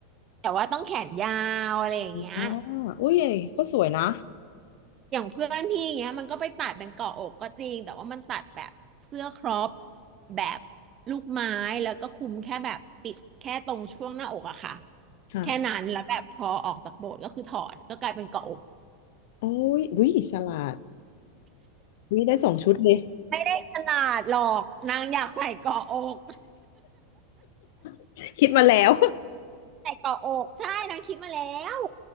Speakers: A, on the right; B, on the left.
A: แต่ว่าต้องแขนยาวอะไรอย่างเงี้ย
B: อ๋ออุ้ยก็สวยนะ
A: อย่างเพื่อนพี่อย่างเงี้ยมันก็ไปตัดเป็นเกาะอกก็จริงแต่ว่ามันตัดแบบเสื้อครอปแบบลูกไม้แล้วก็คลุมแค่แบบปิดแค่ตรงช่วงหน้าอกอะค่ะ
B: ค่ะ
A: แค่นั้นแล้วแบบพอออกจากโบสถ์ก็คือถอดก็กลายเป็นเกาะอก
B: โอ้ยอุ้ยฉลาด นี่ได้สองชุดเลย
A: ไม่ได้ขนาดหรอกนางอยากใส่เกาะอก
B: <laughs> คิดมาแล้ว
A: ใส่เกาะอกใช่นางคิดมาแล้ว